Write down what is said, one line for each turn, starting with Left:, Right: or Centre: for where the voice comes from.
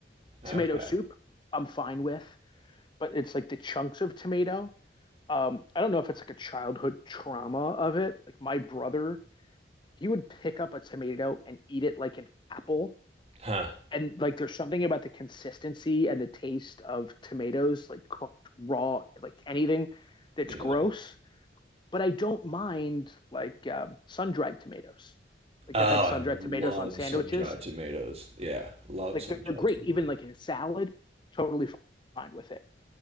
Left: Tomato
Right: Okay.
Left: soup, I'm fine with, but it's like the chunks of tomato. Um, I don't know if it's like a childhood trauma of it. Like my brother, he would pick up a tomato and eat it like an apple.
Right: Huh.
Left: And like there's something about the consistency and the taste of tomatoes, like cooked raw, like anything that's
Right: Yeah.
Left: gross but I don't mind like um, sun dried tomatoes. Like
Right: Oh,
Left: I've had sun
Right: I
Left: dried
Right: love
Left: tomatoes on sandwiches.
Right: sun-dried tomatoes. Yeah, love
Left: Like
Right: sun-dried
Left: they're great,
Right: tomatoes.
Left: even like in a salad, totally fine with it.